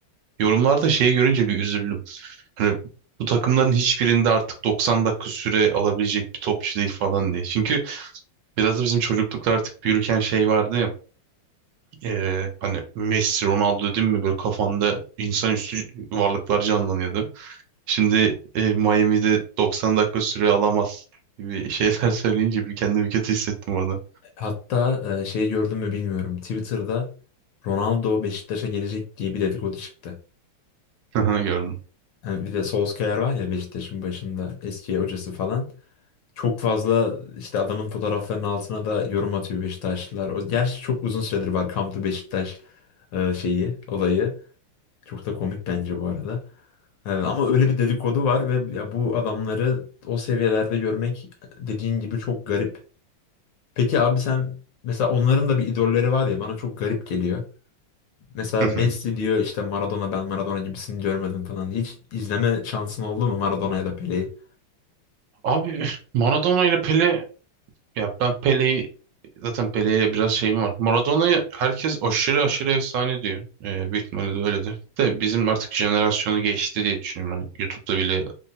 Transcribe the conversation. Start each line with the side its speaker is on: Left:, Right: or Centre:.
Right: Yorumlarda şeyi görünce bir üzüldüm. Hani bu takımların hiçbirinde artık 90 dakika süre alabilecek bir topçu değil falan diye. Çünkü biraz da bizim çocuklukta artık büyürken şey vardı ya. ee, hani Messi, Ronaldo dedim mi böyle kafanda insanüstü varlıklar canlanıyordu. Şimdi e, Miami'de 90 dakika süre alamaz gibi şeyler <laughs> söyleyince bir kendimi kötü hissettim orada.
Left: Hatta e, şey gördün mü bilmiyorum. Twitter'da Ronaldo Beşiktaş'a gelecek diye bir dedikodu çıktı.
Right: <laughs> Aha, Gördüm.
Left: Yani bir de Solskjaer var ya Beşiktaş'ın başında eski hocası falan. Çok fazla işte adamın fotoğraflarının altına da yorum atıyor Beşiktaşlılar. O, gerçi çok uzun süredir var Come to Beşiktaş e, şeyi, olayı. Çok da komik bence bu arada. E, ama öyle bir dedikodu var ve ya bu adamları o seviyelerde görmek dediğin gibi çok garip. Peki abi sen mesela onların da bir idolleri var ya bana çok garip geliyor. Mesela
Right: Hı
Left: Messi
Right: hı.
Left: diyor işte Maradona ben Maradona gibisini görmedim falan. Hiç izleme şansın oldu mu Maradona ya da Pele'yi?
Right: Abi Maradona ile Pele ya ben Pele'yi zaten Pele'ye biraz şeyim var. Maradona'yı herkes aşırı aşırı efsane diyor. E, büyük ihtimalle de öyledir. De bizim artık jenerasyonu geçti diye düşünüyorum. Hani YouTube'da bile